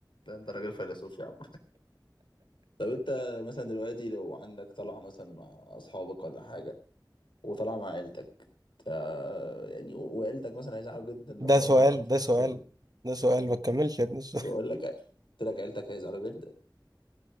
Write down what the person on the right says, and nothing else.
ده سؤال
ده
سؤال
ده سؤال ما تكملش يا ابني السؤال